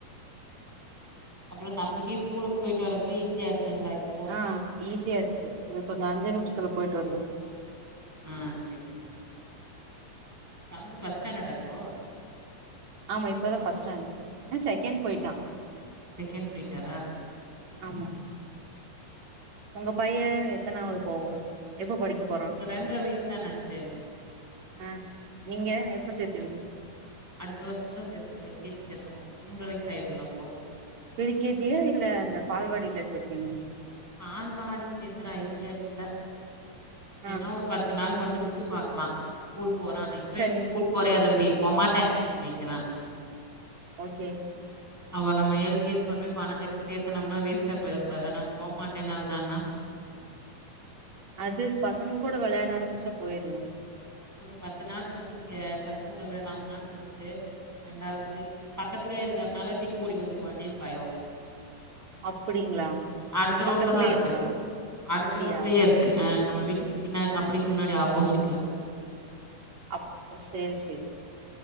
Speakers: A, in the centre; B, on the right (about 50°).
A: அப்பறோ தம்பிக்கு ஸ்கூலுக் போயிட்டு வரதுக்கு ஈஸியா இருக்குங்ளா இப்
B: ஆ ஈஸியா இருக்கு இது கொஞ்சோ அஞ்சி நிம்ஷத்துல போயிட்டு வந்துருவா
A: ஆ சேரி சேரி தம்பி ஃபர்ஸ்ட் ஸ்டாண்டர்ட்டா இப்போ
B: ஆமா இப்ப தா ஃபர்ஸ்ட் ஸ்டாண்டர்ட் ஆ செகண்ட் போயிட்டா
A: செகண்ட் போய்ட்டாரா
B: ஆமா ஒங்க பையே எத்தனாவது போவோ எப்ப படிக்க போறா
A: இங்க ரெண்டரை வயசு தான ஆச்சு
B: ஆ நீங்க எப்ப சேத்துவீங்க
A: அடுத்த வருசந்தா சேத்தணு எல் கே ஜி சேத்தணு மூன்ற வயசு ஆயிருல்ல அப்போ
B: பிரி கே ஜியா இல்ல அந்த பால்வாடில சேத்துவீங்கலா
A: பால்வாடி சேத்துற ஐடியா இல்ல வேன்னா
B: ஆ
A: ஒரு பத் து நாள் மட்டு விட்டு பாக்கலா ஸ்கூல் போறானா இப்பவே
B: சரிங்
A: ஸ்கூல் போறயா தம்பி போமாட்டே அப்டிங்கிறா
B: ஓகே
A: அவ நம்ம எல் கே ஜி கொண்டு போய் பணோ கட்டி சேத்துனம்னா வேஸ்டா போய்றக்கூடாது ஆனா போமாட்டேன்னு அழுதானா
B: அது பசங்க கூட வெளயாட ஆரம்பிச்சா போயிருவா
A: ஒரு பத்து நாள் மட்டு இங்க சத்துணவுல விடலாமான்னு ஒரு இது ரெண்டாவது பக்கத்துலயே இருக்கறனால வீட்டுக்கு ஓடி வந்துருவானேன்னு பயோ
B: அப்டிங்களா
A: அடுத்த ரோட்ல
B: பக்கத்துலயே
A: தா இருக்கு
B: இருக்கா
A: அடுத்த
B: அப்டியா
A: ரோட்லயே இரு க்கு ஆ நம்ம வீட்டுக் பின்னா அப்டி முன்னாடி ஆப்போசிட்ல
B: அப்ப சேரி சேரி